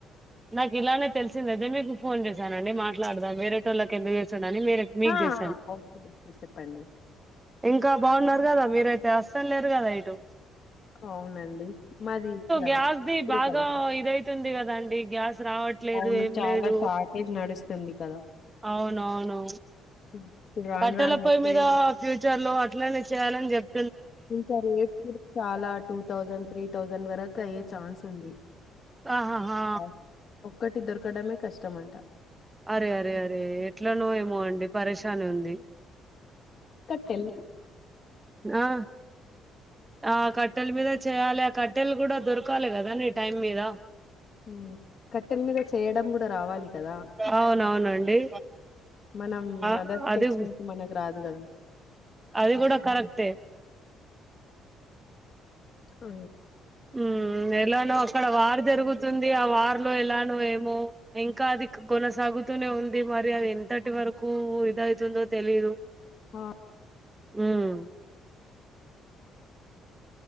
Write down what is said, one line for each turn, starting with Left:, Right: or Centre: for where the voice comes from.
Right: నాకు ఇలానే తెలిసింద అదే మీకు ఫోన్ చేశానండి మాట్లాడదాం వేరేటోళ్ళకి ఎందుకు నేను వేరే మీకు
Left: ఆ!
Right: చేసాను
Left: ఓకే. ఓకే. చెప్పండి.
Right: ఇంకా బాగున్నారు కాదా మీరైతే వస్తన్లేరు కదా ఇటు
Left: అవునండి మాది ఇక్కడ
Right: గ్యాస్ ది బాగా
Left: కాడ.
Right: ఇదైతుంది కదా అండి గ్యాస్ రావట్లేదు
Left: అవును
Right: ఏం
Left: చాలా
Right: లేదు
Left: షార్టేజ్ నడుస్తుంది కదా
Right: అవునవును
Left: హ్మ్. ఇప్పుడు రాను
Right: కట్టెల
Left: రాను
Right: పొయ్యి
Left: వస్తేది
Right: మీద ఫ్యూచర్ లో ఇట్లనే చేయాలని చెప్
Left: ఇంకా రేట్లు చాలా టూ థౌసండ్ త్రీ థౌసండ్ వరకు అయ్యే ఛాన్స్ ఉంది
Right: ఆహ హా
Left: ఆహ్, ఒక్కటి దొరకడమే కష్టం అంటా
Right: అరె అరె అరే ఎట్లానో ఏమో అండి పరేశాని ఉంది
Left: కట్టెల్
Right: ఆ ఆ కట్టెల మీద చేయాలి ఆ కట్ ట్టల్ కూడా దొరకాలి కదా నీ టైం మీద
Left: ఊ కట్టెల మీద చేయడం కూడా రావాలి కదా
Right: అవునవునండి
Left: మనం
Right: ఆ
Left: మదర్స్
Right: అది
Left: కి వచ్చినట్టు మనకు రాదు కదా
Right: అది కూడా కర్రెక్ట్య్
Left: ఆ
Right: ఊ ఎలానో అక్కడ వార్ జరుగుతుంది ఆ వార్లో ఎలానో ఏమో ఇంకా అది కొనసాగుతూనే ఉంది మరి అది ఎంతటి వరకు ఊ ఇదైతుందో తెలీదు
Left: ఆ
Right: ఉమ్